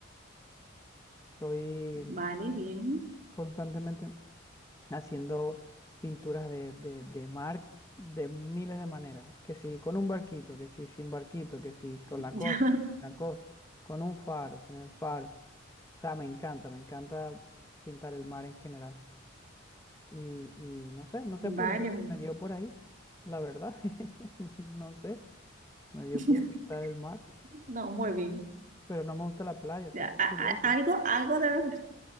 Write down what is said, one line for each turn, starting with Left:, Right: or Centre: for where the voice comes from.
Left: estoy
Right: Vale, bien.
Left: constantemente haciendo pinturas de, de, de mar de miles de maneras, que si con un barquito, que si sin barquito, que si con
Right: <laughs>
Left: la costa,
Right: Ya,
Left: la costa, con un faro, sin el faro. O sea, me encanta, me encanta pintar el mar en general. Y, y no sé, no sé
Right: vale.
Left: por qué, me dio por ahí, la verdad, <laughs> no no sé, me dio
Right: <laughs>
Left: por pintar el mar,
Right: No, muy bien.
Left: pero no me gusta la playa, así
Right: Ya,
Left: que es
Right: a-
Left: curioso.
Right: a- algo, algo de ver.